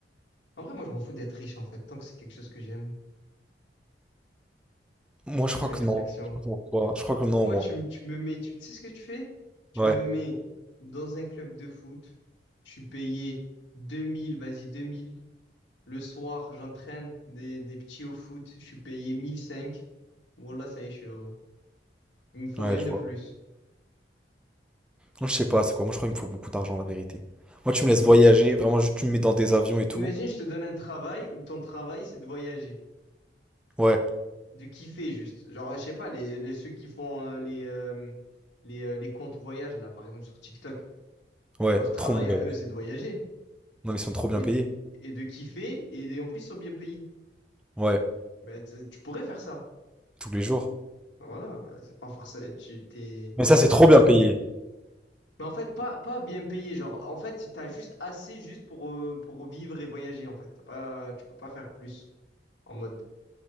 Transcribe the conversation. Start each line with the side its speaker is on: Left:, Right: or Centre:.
Left: En vrai, moi, je m'en fous d'être riche, en fait, tant que c'est quelque chose que j'aime.
Centre: Moi, je
Left: Après
Centre: crois que
Left: réflexion.
Centre: non. Je crois qu'on- ouais, je crois que non,
Left: Moi,
Centre: moi.
Left: tu, me- tu me mets, tu, tu sais ce que tu fais? Tu
Centre: Ouais,
Left: me mets dans un club de foot, je suis payé deux mille vas-y, deux mille Le soir, j'entraîne des, des petits au foot, je suis payé mille cinq Voilà, ça y est, je suis heureux. Il me faut
Centre: ouais,
Left: rien
Centre: je
Left: de
Centre: vois.
Left: plus.
Centre: Moi, je sais pas, c'est quoi? Moi, je crois qu'il me faut beaucoup d'argent, la vérité. Moi, tu me laisses voyager, vraiment, juste tu me mets dans des avions et tout.
Left: Imagine, je te donne un travail où ton travail, c'est de voyager,
Centre: Ouais,
Left: de kiffer juste. Genre, je sais pas, les, les- ceux qui font euh, les, euh, les, euh, les comptes voyage, là, par exemple, sur TikTok,
Centre: ouais,
Left: leur travail
Centre: trop mon rêve.
Left: à eux, c'est de voyager
Centre: Non, mais ils sont trop bien
Left: et,
Centre: payés.
Left: et de kiffer, et et en plus, ils sont bien payés.
Centre: Ouais,
Left: Mais tu tu pourrais faire ça.
Centre: tous les jours.
Left: Enfin, Voilà, bah, c'est pas forcément. Tu t'es.
Centre: Mais ça,
Left: forcé-
Centre: c'est trop bien payé.
Left: Mais en fait, pas, pas bien payé. Genre, en fait, t'as juste assez juste pour, euh, pour vivre et voyager, en fait. T'as pas, tu peux pas faire plus. En mode,